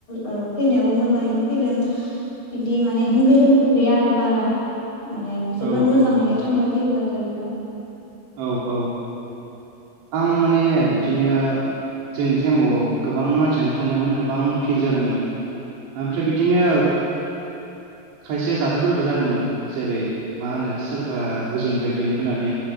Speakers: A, on the left; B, on the right.
A: ओ फैनायाबो मोजां नो फैदों बिदि माने होंगो दोंगो गैया आरो बारा माने
B: औ
A: जोबोर
B: औ
A: मोजाङैनो थांलाय फैयो जादो आरो जोंना
B: औ औ आं माने बिदिनो जोंनि टाइमाव गोबां मानसियानो थांदोंमोन गोबां फिर जादोंमोन ओमफ्राय बिदिनो
A: <inaudible>
B: खायसे जाथायफोरबो जादोंमोन जेरै मा होनो सोरबा गोजौनिफाय गोलैबोनानै